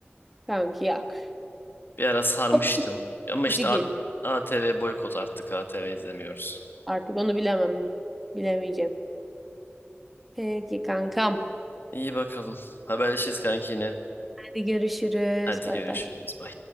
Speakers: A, in the centre; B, on the left (about 55°).
A: Kanki yak.
B: Bir ara sarmıştım.
A: O
B: Ama
A: bakıcı
B: işte
A: geliyor.
B: A- ATV boykot artık ATV izlemiyoruz.
A: Artık onu bilemem mi? Bilemeyeceğim. Peki kankam.
B: İyi bakalım. Haberleşiriz kanki yine.
A: Hadi görüşürüz.
B: Hadi
A: Bay
B: görüşürüz.
A: bay.
B: Bye.